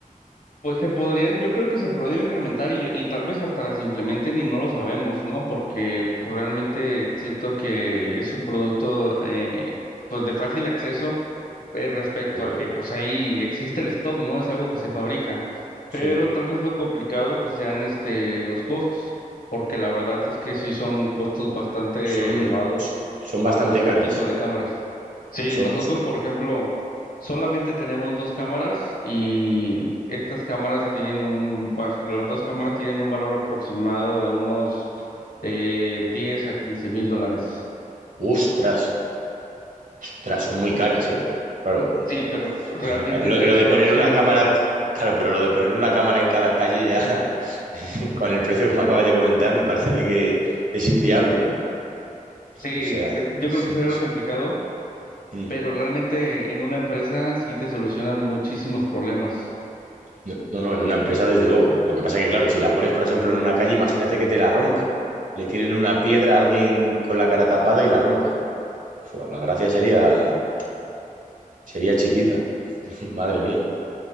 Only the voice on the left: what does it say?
Pues se podrían, yo creo que se podrían implementar y, y tal vez hasta las implementen y no lo sabemos, ¿no? Porque pues, realmente siento que es un producto eh, pues de fácil acceso eh, respecto
a que pues ahí existe el stock, ¿no? Es algo que se fabrica, pero
tal vez lo complicado pues sean este los costos, porque la verdad es que sí son costos bastante
elevados
para este
tipo de cámaras. Sí,
nosotros por ejemplo solamente tenemos dos cámaras y estas cámaras tienen un, pues, las dos cámaras tienen un valor aproximado de unos eh, 10 a quince mil dólares.
Sí, pero realmente
te
solucionan
todo.
Sí,
es- yo
creo que sería
lo complicado,
pero realmente en una empresa sí te solucionan muchísimos problemas.